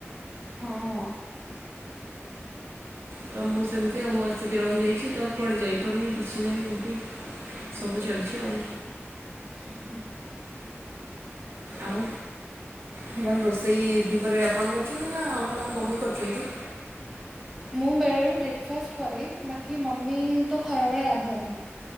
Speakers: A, in the centre; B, on the right (about 60°).
A: ହଁ।
B: ତ ମୁଁ ସେମିତି ଆଉ ଆସିକି ରହିଯାଇଛି ତ କୁଆଡେ ଯାଇପାରୁନି କିଛି ନାହିଁ ଏମିତି ସବୁ ଚାଲିଛି ଆଉ
A: ହୁଁ ଉଁ।
B: ଆଉ କଣ ରୋଷେ ସେଇ ଭିଭରେ ଆପଣ କରୁଛନ୍ତି ନା ଆପଣଙ୍କ ମମି କରୁଛନ୍ତି।
A: ମୁଁ ବେଳେ ବେଳେ ବ୍ରେକଫାଷ୍ଟ କରେ ବାକି ମମି ତ ଖରାବେେଳେ ରାନ୍ଧନ୍ତି।